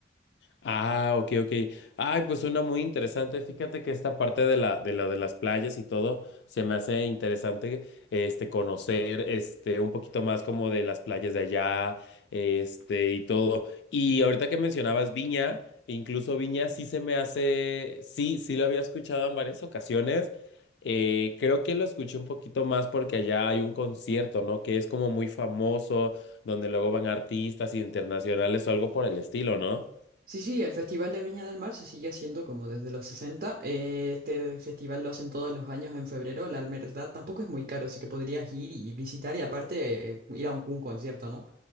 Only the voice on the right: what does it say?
Sí, sí, el Festival de Viña del Mar se sigue haciendo como desde los 60. Eh, Este festival lo hacen todos los años en febrero. La verdad tampoco es muy caro, así que podrías ir y visitar y aparte eh, ir a un, un concierto, ¿no?